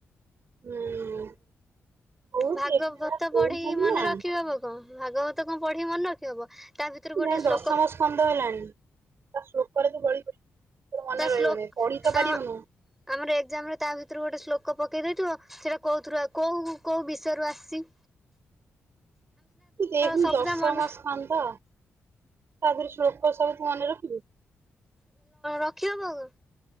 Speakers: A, on the right; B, in the centre.
A: ହୁଁ। ବହୁତ
B: ଭାଗବତ
A: ଏମାନେ
B: ପଢିକି
A: କହୁଛନ୍ତି
B: ମନେ
A: ନା
B: ରଖିବ ହବ କଣ, ଭାଗବତ କଣ ପଢିକି ମନେ ରଖି ହବ? ତା ଭିତରୁ ଗୋଟେ
A: ଯାଇଁ ଦଶମ
B: ଶ୍ଲୋକ
A: ସ୍କନ୍ଦ ହେଲାଣି। ତୋର ମନେ
B: ତା
A: ରହିବନେଇ,
B: ଶ୍ଲୋକ
A: ପଢି ତ
B: ତା
A: ପାରିବୁନୁ
B: ଆମର ଏକ୍ଜାମ ରେ ତା ଭିତରୁ ଗୋଟେ ଶ୍ଲୋକ ପକେଇ ଦେଇଥିବ ସେଟା କୋଉଥିରୁ ଆଉ, କୋଉ କୋଉ ବିଷୟରୁୁ ଆସିଚି?
A: <inaudible> ଏ ଦେଖୁିନୁ
B: ସବୁଯା
A: ଦଶମ
B: ମନେ
A: ସ୍କନ୍ଦ, ତା ଦେହରେ ଶ୍ଳୋକ ସବୁ ତୁ ମନେ ରଖିବୁ?
B: ରଖି ହବ ଆଗ?